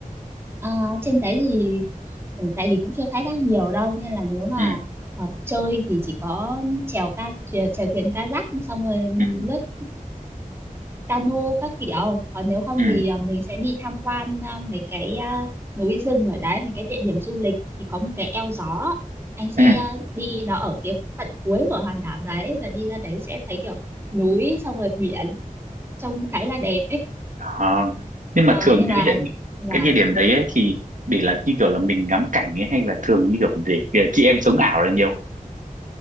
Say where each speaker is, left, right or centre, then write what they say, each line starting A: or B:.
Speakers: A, on the right (about 15°); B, on the right (about 65°).
A: Ờ, trên đấy thì ừ, tại vì cũng chưa khai thác nhiều đâu nên là nếu mà
B: Ừ
A: ờ, chơi thì chỉ có chèo ca chèo, chèo thuyền kayak xong rồi
B: ừ
A: lướt cano các kiểu còn nếu không
B: ừ
A: thì à, mình sẽ đi tham quan à, mấy cái à, núi rừng ở đấy mấy cái địa điểm du lịch thì có một cái eo gió anh sẽ
B: ừ.
A: à, đi nó ở phía tận cuối của hòn đảo đấy và đi ra đấy sẽ thấy kiểu núi xong rồi biển trông khá là đẹp ấy
B: À, nhưng
A: Ờ,
B: mà thường
A: nhưng
B: cái
A: mà
B: địa
A: và
B: cái địa điểm đấy ấy, thì để là như kiểu là mình ngắm cảnh ấy hay là thường như kiểu để, để chị em sống ảo là nhiều